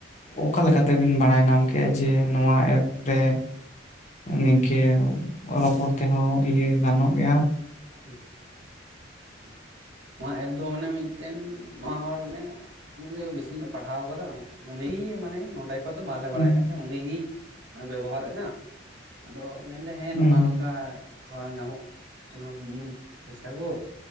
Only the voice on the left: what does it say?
ᱚᱠᱟ ᱞᱮᱠᱟ ᱛᱮᱵᱤᱱ ᱵᱟᱲᱟᱭ ᱱᱟᱢ ᱠᱮᱜ-ᱟ ᱡᱮ ᱱᱚᱣᱟ ᱮᱯ ᱨᱮ ᱱᱤᱝᱠᱷᱤᱭᱟ ᱨᱚᱯᱚᱲ ᱛᱮᱦᱚᱸ ᱤᱭᱟᱹ ᱜᱟᱱᱚᱜ ᱜᱮᱭᱟ
ᱦᱩᱸ
ᱦᱩᱸ